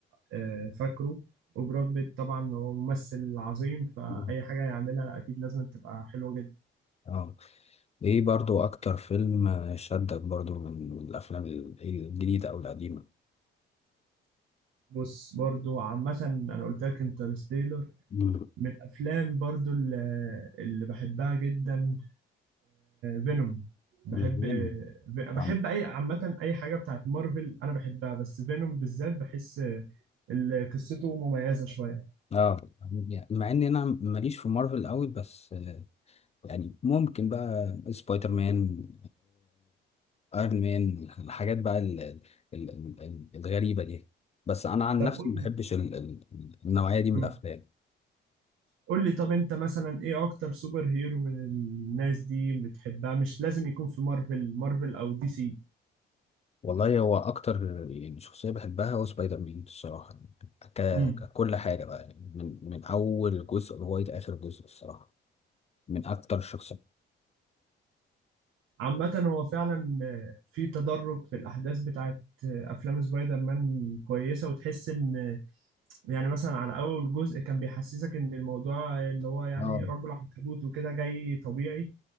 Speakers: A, on the right; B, on the left.
A: آه، فاكره وبراد بيت طبعا هو ممثل عظيم فأي
B: مم.
A: حاجة يعملها أكيد لازم تبقى حلوة جدا
B: اه ايه برضو اكتر فيلم شدك برضو من الافلام ال- الجديدة او القديمة
A: بص برضو عامة أنا قلت لك انترستيلر
B: مم.
A: من الأفلام برضو اللي, اللي بحبها جدا فينوم بحب
B: الفيلم
A: آه، بحب
B: طبعاً.
A: أي عامة أي حاجة بتاعت مارفل أنا بحبها بس فينوم بالذات بحس آه، اللي قصته مميزة شوية
B: اه يعني مع ان انا ماليش في مارفل قوي بس آه، يعني ممكن بقى سبايدر مان ايرون مان الحاجات بقى ال ال ال ال ال- الغريبه دي بس انا عن
A: طب
B: نفسي
A: قول
B: ما
A: لي
B: بحبش ال ال النوعيه دي من
A: مم.
B: الافلام
A: قول لي طب أنت مثلا إيه أكتر سوبر هيرو من الناس دي بتحبها مش لازم يكون في مارفل مارفل أو دي سي
B: والله هو اكتر يعني شخصيه بحبها هو سبايدر مان الصراحه ك
A: امم
B: ككل حاجه بقى يعني من من اول جزء لغايه اخر جزء الصراحه من اكتر الشخصيات
A: عامة هو فعلا آه، في تدرج في الأحداث بتاعت آه، أفلام سبايدر مان كويسة وتحس إن آه، يعني مثلا على أول جزء كان بيحسسك إن الموضوع اللي هو يعني
B: اه
A: رجل عنكبوت وكده جاي طبيعي